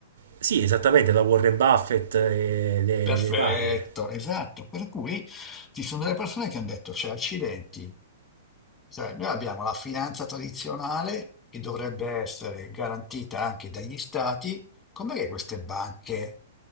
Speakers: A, on the right; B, on the left.
A: Sì, esattamente, la Warren Buffett e le,
B: Perfetto,
A: le varie.
B: esatto. Per cui ci sono delle persone che hanno detto, cioè, accidenti, sai, noi abbiamo la finanza tradizionale che dovrebbe essere garantita anche dagli stati, com'è che queste banche